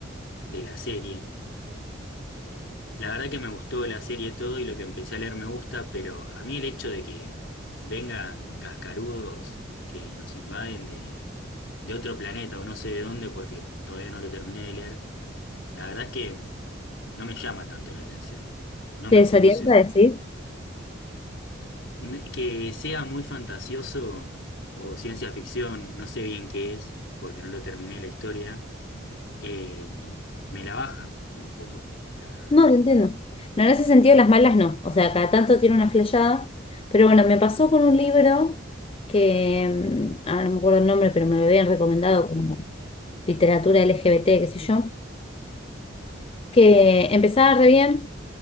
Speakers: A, on the left; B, on the left.
A: de la serie, La verdad que me gustó la serie todo y lo que empecé a leer me gusta, pero a mí el hecho de que vengan cascarudos que nos invaden de, de otro planeta o no sé de dónde porque todavía no lo terminé de leer, la verdad es que no me llama tanto la atención, no
B: ¿Te
A: me
B: desorienta
A: seduce mucho.
B: decir?
A: N- Que sea muy fantasioso o ciencia ficción, no sé bien qué es, porque no lo terminé la historia, eh, me la baja un poco, la verdad.
B: No, lo entiendo. No, en ese sentido las malas no. O sea, cada tanto tiene una flashada. Pero bueno, me pasó con un libro que, mm, ahora no me acuerdo el nombre, pero me lo habían recomendado como literatura LGBT, qué sé yo, que empezaba re bien.